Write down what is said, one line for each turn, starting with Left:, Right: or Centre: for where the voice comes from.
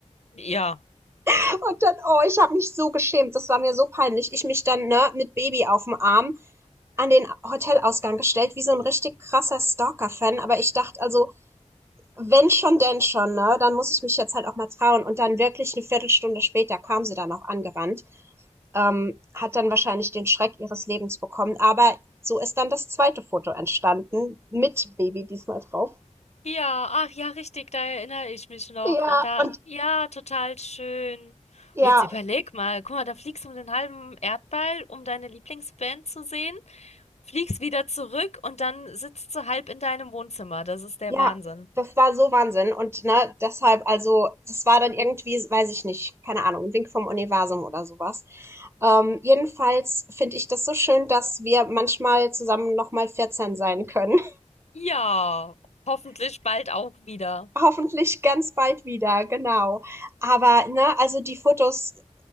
Left: ja.
Right: <laughs> Und dann, oh, ich habe mich so geschämt, das war mir so peinlich. Ich mich dann ne, mit Baby auf dem Arm an den Hotelausgang gestellt, wie so ein richtig krasser Stalker-Fan. Aber ich dachte also, wenn schon, denn schon, ne? Dann muss ich mich jetzt halt auch mal trauen. Und dann wirklich eine Viertelstunde später kam sie dann auch angerannt. ähm, hat dann wahrscheinlich den Schreck ihres Lebens bekommen. Aber so ist dann das zweite Foto entstanden, mit Baby diesmal drauf.
Left: Ja, ach ja, richtig, da erinnere ich mich noch.
Right: Ja.
Left: Und da,
Right: Und
Left: ja, total schön.
Right: ja,
Left: Jetzt überleg mal, guck mal, da fliegst du um den halben Erdball, um deine Lieblingsband zu sehen, fliegst wieder zurück und dann sitzt du halb in deinem Wohnzimmer. Das ist der
Right: ja,
Left: Wahnsinn.
Right: das war so Wahnsinn. Und ne, deshalb, also, das war dann irgendwie, weiß ich nicht, keine Ahnung, ein Wink vom Universum oder sowas. Ähm, jedenfalls finde ich das so schön, dass wir manchmal zusammen nochmal 14 sein können.
Left: Ja, hoffentlich bald auch wieder.
Right: <laughs> Hoffentlich ganz bald wieder, genau. Aber, ne, also die Fotos